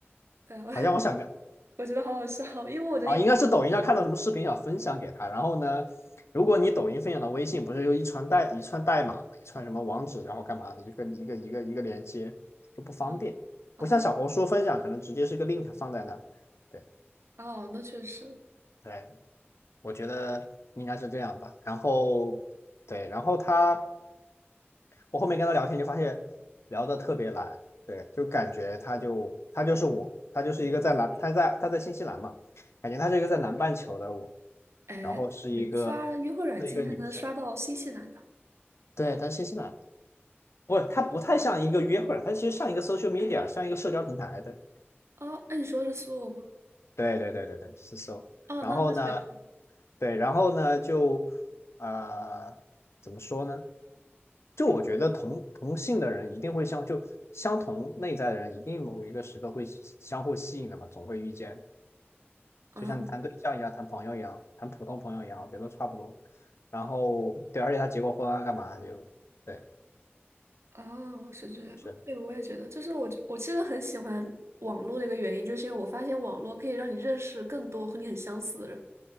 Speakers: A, on the right; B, on the left.
A: 对，我觉得
B: 好像我想个
A: <laughs> 我觉得好好笑，因为我觉得一般
B: 啊，应该是抖音上看到什么视频想分享给他，然后呢，如果你抖音分享到微信，不是有一串代一串代码嘛，一串什么网址，然后干嘛的一个一个一个一个连接就不方便，
A: 啊啊
B: 不像小红书分享可能直接是个 link 放在那儿，对
A: 哦，那确实，
B: 对，我觉得应该是这样吧，然后对，然后他。我后面跟他聊天就发现聊得特别来，对，就感觉他就他就是我，他就是一个在南，他在他在新西兰嘛，感觉他是一个在南半球的我，
A: 哎，
B: 然后是一个
A: 你刷约会软件还能刷到新西兰的
B: 是一个女生，对，他是新西兰的不，他不太像一个约会儿，她其实像一个 social media，像一个社交平台的，
A: 啊？哎，你说的是苏俄吗？
B: 对对对对对，是 so。
A: 哦，
B: 然后呢，
A: 那那确实
B: 对，然后呢，就呃，怎么说呢？就我觉得同同性的人一定会相就相同内在的人，一定某一个时刻会相互吸引的嘛，总会遇见。
A: 啊
B: 就像你谈对象一样，谈朋友一样，谈普通朋友一样，我觉得都差不多。然后对，而且他结过婚啊，干嘛就对，
A: 啊，是这样。
B: 是的。
A: 对，我也觉得，就是我我其实很喜欢网络的一个原因，就是因为我发现网络可以让你认识更多和你很相似的人。